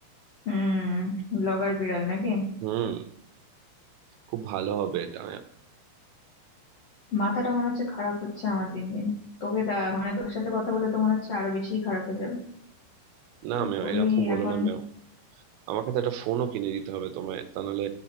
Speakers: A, on the left; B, on the right.
A: হুম ব্লগার বিড়াল নাকি
B: হুম খুব ভালো হবে এটা
A: মাথাটা মনে হচ্ছে খারাপ হচ্ছে আমার দিন দিন তোকে দা মানে তোর সাথে কথা বলে তো মনে হচ্ছে আরো বেশি খারাপ হয়ে যাবে
B: না
A: কি
B: আমিও
A: করি
B: এরকম বলো
A: এখন
B: না মেও আমাকে তো একটা ফোনও কিনে দিতে হবে তোমায় তা নাহলে